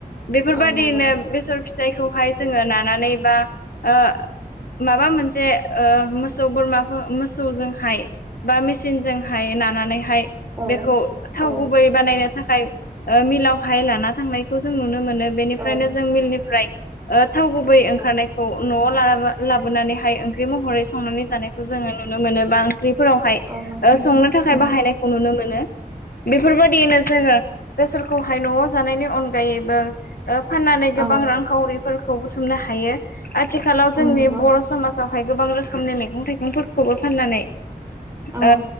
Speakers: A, on the left (about 65°); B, on the right (about 20°).
A: बेफोरबायदिनो
B: औ नंगौ
A: बेसर। जायखौहाय जोङो नानानै बा ओ माबा मोनसे ओ मोस। मोसौ बोरमा मोसौजोंहाय बा मेसिनजोंहाय नानानैहाय।
B: औ
A: बेखौ थाव
B: औ
A: गुबै बानायनो थाखाय ओ मिलावहाय लाना थांनायखौ जों नुनो मोनो। नो बेनिफ्रायनो
B: औ
A: जों मिलनिफ्राय ओ थाव गुबै ओंखारनायखौ।
B: औ
A: न'आव ला लाबोनानैहाय ओंख्रि महरै संनानै जानायखौ जोङो नुनो मोनो बा ओंख्रि। फोरावहाय
B: औ नंगौ
A: ओ संनो थाखाय
B: औ
A: बाहायनायखौ नुनो मोनो। बेफोर बायदियैनो जोङो बेसखौहाय न'आव जानायनि अनगायैबो। ओ फाननानै
B: औ
A: गोबां रांखावरिफोरखौ बुथुमनो हायो आथिखालाव
B: औ
A: जोंनि
B: नंगौ
A: बर' समाज। फ्रावहाय गोबां रोखोमनि मैगं थाइगंफोरखौबो फाननानै।
B: औ
A: ओ